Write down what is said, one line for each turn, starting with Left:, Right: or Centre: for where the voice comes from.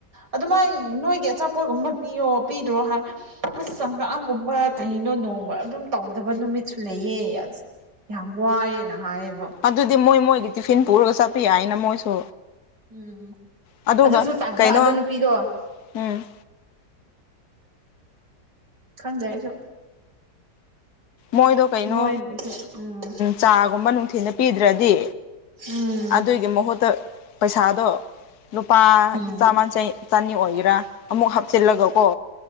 Right: ꯑꯗꯨꯃꯥꯏꯅ ꯅꯣꯏꯒꯤ ꯑꯆꯥꯄꯣꯠꯒꯨꯝꯕ ꯄꯤꯌꯣ ꯄꯤꯗ꯭ꯔꯣ ꯍꯥꯏ ꯑꯁ ꯆꯪꯒꯥꯥꯡꯒꯨꯝꯕ ꯀꯅꯣ ꯅꯣꯡꯃ ꯑꯗꯨꯝ ꯇꯧꯗꯕ ꯅꯨꯃꯤꯠꯁꯨ ꯂꯩꯌꯦ ꯑ ꯌꯥꯝ ꯋꯥꯏꯑꯦꯅꯥ ꯍꯥꯏ
Left: ꯑꯗꯨꯗꯤ ꯃꯣꯏ ꯃꯣꯏꯒꯤ ꯇꯤꯐꯤꯟ ꯄꯨꯔꯒ ꯆꯠꯄꯤ ꯌꯥ ꯍꯥꯏꯅ ꯃꯣꯏꯁꯨ
Right: ꯎꯝ
Left: ꯑꯗꯨꯒ
Right: ꯑꯗꯨꯁꯨ ꯇꯥꯟꯕ
Left: ꯀꯩꯅꯣ
Right: ꯑꯗ ꯅꯨꯄꯤꯗꯣ
Left: ꯎꯝ
Right: ꯈꯪꯗꯦ ꯑꯩꯁꯨ
Left: ꯃꯣꯏꯗꯣ ꯀꯩꯅꯣ
Right: ꯃꯣꯏꯒꯤꯁꯨ ꯎꯝ
Left: ꯆꯥꯒꯨꯝꯕ ꯅꯨꯡꯊꯤꯗ ꯄꯤꯗ꯭ꯔꯗꯤ
Right: ꯎꯝ
Left: ꯑꯗꯨꯒꯤ ꯃꯍꯨꯠꯇ ꯄꯩꯁꯥꯗꯣ ꯂꯨꯄꯥ
Right: ꯎꯝ
Left: ꯆꯥꯃ ꯆꯅꯤ ꯑꯣꯏꯒꯦꯔꯥ ꯑꯃꯨꯛ ꯍꯥꯞꯆꯤꯜꯂꯒꯀꯣ